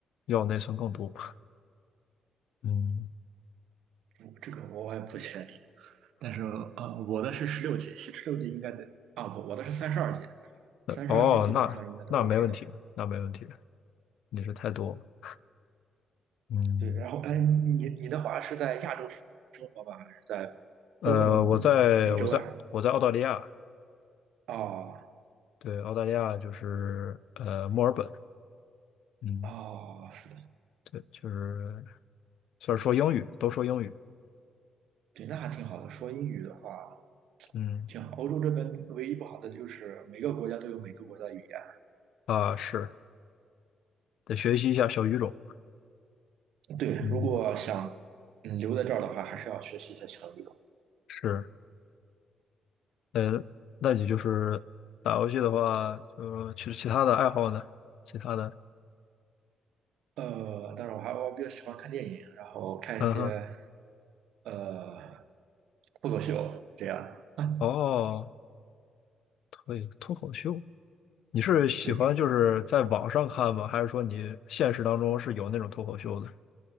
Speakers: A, on the left; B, on the right.
A: 要内存更多吧。嗯。
B: 我这个我也不确定。但是呃，我的是十六级，十六级应该得啊，我我的是三十二级，
A: 呃哦，
B: 三十二级基本上应该都
A: 那那没问题，
B: OK 的。
A: 那没问题，你是太多了。嗯，
B: 对，然后哎，你你的话是在亚洲生活吧，还是在
A: 呃，
B: 欧呃美洲呀？
A: 我在我在我在澳大利亚，
B: 哦
A: 对，澳大利亚就是呃墨尔本，嗯，
B: 哦，是的，
A: 对，就是虽然说英语，都说英语，
B: 对，那还挺好的。说英语的话，
A: 嗯
B: 挺好。欧洲这边唯一不好的就是每个国家都有每个国家的语言。
A: 啊是得学习一下小语种，
B: 对，
A: 嗯
B: 如果想嗯留在这儿的话，还是要学习一下小语种。
A: 是，呃，那你就是打游戏的话，就其实其他的爱好呢？其他的，
B: 呃，当然我还我比较喜欢看电影，然后看一些
A: 嗯哼，
B: 呃脱口秀这样的。
A: 哦，脱脱口秀，你是喜欢就是在网上看吗？
B: 对，
A: 还是说你现实当中是有那种脱口秀的？